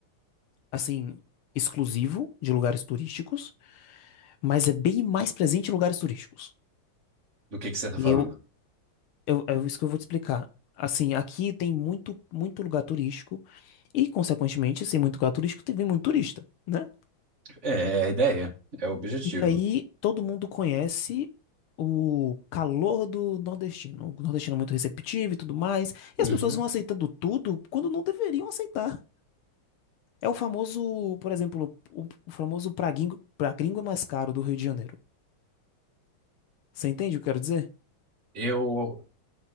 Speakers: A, on the left; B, on the right.
A: assim, exclusivo de lugares turísticos, mas é bem mais presente em lugares turísticos.
B: Do que que você está
A: E
B: falando?
A: aí eu, eu, é isso que eu vou te explicar. Assim, aqui tem muito, muito lugar turístico, e, consequentemente, sem muito lugar turístico, tem vem muito turista, né?
B: É, é a ideia, é o objetivo.
A: E aí todo mundo conhece o calor do nordestino. O nordestino é muito receptivo e tudo mais.
B: Uhum.
A: E as pessoas vão aceitando tudo quando não deveriam aceitar. É o famoso, por exemplo, o, o famoso pra gringo, pra gringo é mais caro do Rio de Janeiro. Você entende o que eu quero dizer?
B: Eu